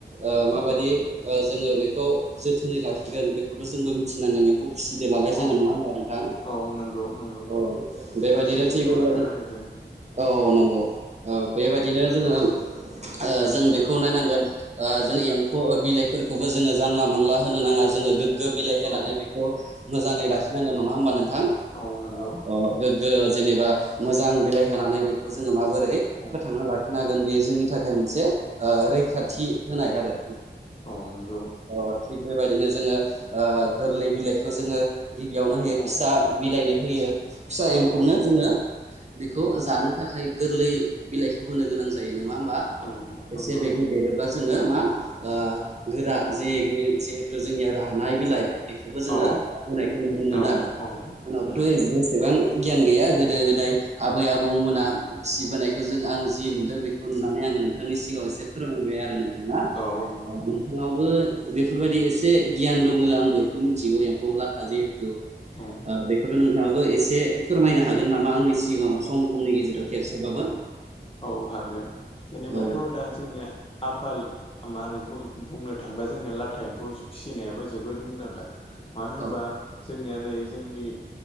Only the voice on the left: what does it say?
औ
औ
औ नंगौ नंगौ
जोथोनखौ
लाखानांगोन जों
उम
औ
औ
औ नंगौ
औ
औ
औ नंगौ।
औ
औ
औ
औ नंगौ
औ
औ
औ उम
औ नंगौ
औ
औ हागोन जेनेबाथ'
दा जोंनिया आफाल मा होनो बुंनो थाङोबा जोंनिया लाथा एम्फौ फिसिनायाबो जोबोद मुंदांखा। मानो होनबा
जोंनिया नै जोंनि